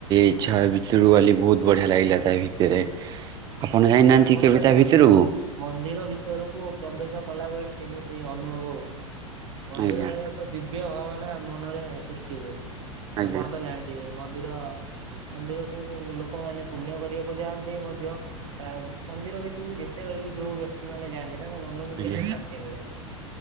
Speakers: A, on the right (about 25°); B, on the right (about 60°).
A: ଇଛା ଭିତରକୁ ଗଲି ବହୁତ ବଢିଆ ଲାଗିଲା ତା ଭିତରେ। ଆପଣ ଯାଇନାହାନ୍ତି
B: ଆଜ୍ଞା ଆପଣ
A: କେବେ
B: ତ
A: ତା
B: ଜାଣିଥିବେ
A: ଭିତରକୁ
B: ମନ୍ଦିର ଭିତରକୁ ପ୍ରବେଶ କଲାବେଳେ କେମିତି ଅନୁଭବ ହୁଏ ମନ୍ଦିରରେ
A: ଆଜ୍ଞା
B: ଏକ ଦିବ୍ୟ ଭାବ ମନରେ ସୃଷ୍ଟି ହୁଏ
A: ଆଜ୍ଞା
B: ଆପଣ ତ ଜାଣିଥିବେ ମନ୍ଦିର। ମନ୍ଦିରକୁ ଲୋକମାନେ ପୁଣ୍ୟ କରିବାକୁ ଯାଆନ୍ତି ମଧ୍ୟ। ମନ୍ଦିର ଭିତରକୁ ଯେତେବେଳେ ବି ଯୋଉ ବ୍ୟକ୍ତି ମାନେ ଯାଆନ୍ତି। ତାଙ୍କ ମନକୁ
A: <inaudible>
B: କେତେ ଶାନ୍ତି ମିଳେ।